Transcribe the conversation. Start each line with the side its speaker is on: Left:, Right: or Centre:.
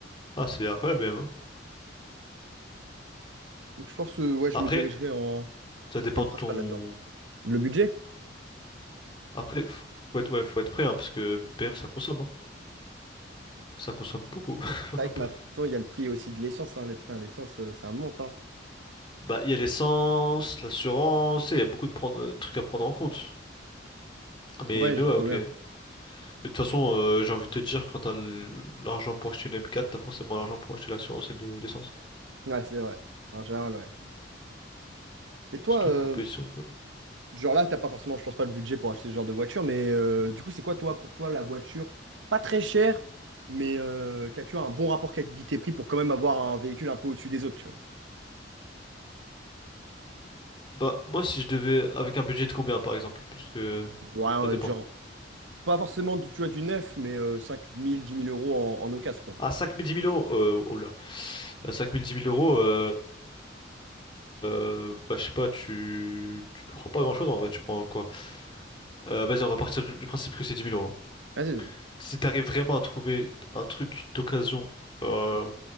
Left: Ah, c'est incroyable, BM. hein.
Right: Donc je pense que ouais, je
Left: Après,
Right: me dirigerai en
Left: ça dépend
Right: dans le
Left: de
Right: principal
Left: ton.
Right: là-dedans. Le budget?
Left: Après, f- faut être, ouais, faut être prêt, hein, parce que BM, ça consomme, hein. Ça consomme beaucoup. <laughs>
Right: C'est vrai que maintenant il y a le prix aussi de l'essence, hein. Les- Putain, l'essence euh, ça monte, hein.
Left: Bah, il y a l'essence, l'assurance, et il y a beaucoup de prendre- euh, trucs à prendre en compte. Mais,
Right: Ouais,
Left: mais
Right: je
Left: ouais,
Right: vois
Left: ok. Mais
Right: bien.
Left: de toute façon, euh, j'ai envie de te dire, quand t'as l- l'argent pour acheter une M4, t'as forcément l'argent pour acheter l'assurance et le- l'essence.
Right: Ouais, c'est vrai. En général, ouais. Et toi,
Left: Surtout
Right: euh,
Left: une compétition, quoi.
Right: genre là, t'as pas forcément, je pense pas, le budget pour acheter ce genre de voiture, mais euh, du coup, c'est quoi, toi, pour toi, la voiture pas très chère, mais euh, qu'as-tu un bon rapport qualité-prix pour quand même avoir un véhicule un peu au-dessus des autres, tu vois?
Left: Bah, moi, si je devais, avec un budget de combien, par exemple? Parce que
Right: Ouais, euh,
Left: ça dépend.
Right: genre Pas forcément du, tu vois, du neuf, mais euh, cinq mille dix mille euros en, en occasion, quoi.
Left: À cinq mille dix mille euros, euh, oh là. À cinq mille dix mille euros, euh, euh, bah, je sais pas, tu, tu prends pas grand-chose en vrai, tu prends quoi? Euh, vas-y, on va partir du, du principe que c'est dix mille euros. hein.
Right: Vas-y, vas-y.
Left: Si t'arrives vraiment à trouver un truc d'occasion, euh,